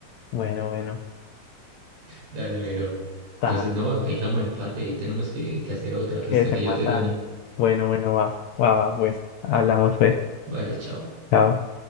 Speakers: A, on the left; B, on the right.
A: bueno, bueno.
B: Dale, mero. Entonces,
A: Ta,
B: no, ahí quedamos de empate. Ahí tenemos que, que hacer otra hasta
A: que te
B: que
A: mata.
B: yo te gane.
A: Bueno, bueno, va, va, va, pues. Hablamos pues.
B: Vale, chao.
A: Chao.